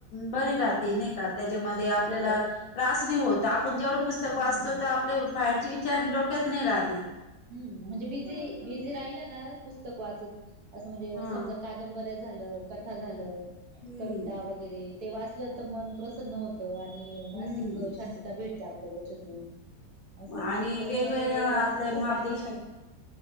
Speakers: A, on the left; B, on the right.
A: बरी राहते नही का. त्याच्यामध्ये आपल्याला
B: हो.
A: त्रास नाही होत, आपण जेवढं पुस्तक वाचतो
B: हम्म
A: त आपले बाहेरचें विच चार डोक्यात नाही राहती.
B: हम्, म्हणजे बिझी, बिझी राहिल ना, पुस्तक वाचत, असं म्हणजे
A: हा
B: समजा कादंबरी झालं, कथा झालं,
A: हम्म
B: कविता वगैरे ते वाचलं तर मन प्रसन्न हो त आणि मानसिक
A: हम्म
B: शांतता भेटते आपल्याला त्याच्यातून. असं
A: आणि
B: त्याच्यामुळे
A: वेगवेगळ्या
B: ते वाचणं
A: आपल्या
B: खूप
A: महापुरुषा
B: आणि